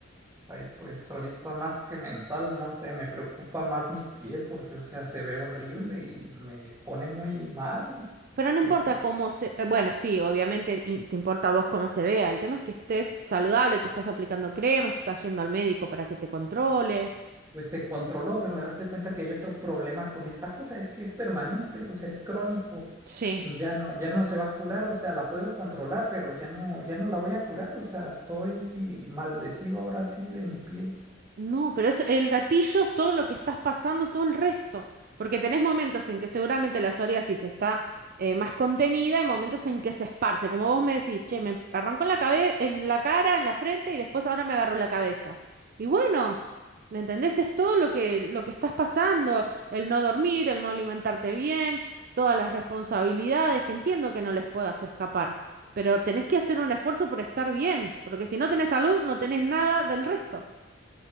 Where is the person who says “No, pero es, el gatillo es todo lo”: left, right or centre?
Right